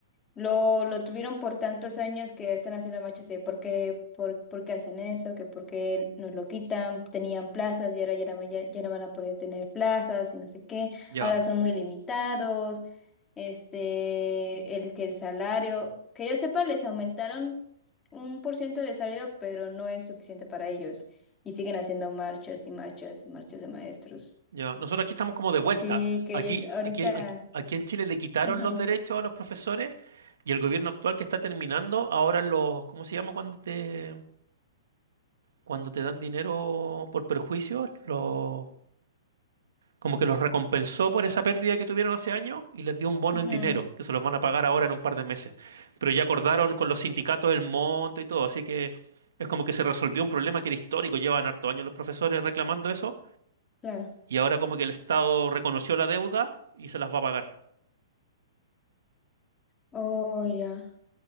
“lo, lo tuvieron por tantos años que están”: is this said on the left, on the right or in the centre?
Left